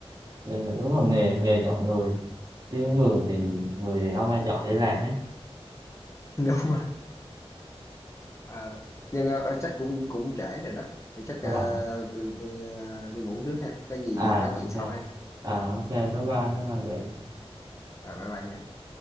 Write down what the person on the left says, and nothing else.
Ừ.
<laughs> đúng rồi Ờ, nhưng ờ, ờ, chắc cũng cũng trễ rồi đó Thì chắc ờ,
tôi tôi ờ, đi ngủ trước ha có gì thì
nói chuyện
sau ha
Rồi, bye bye nha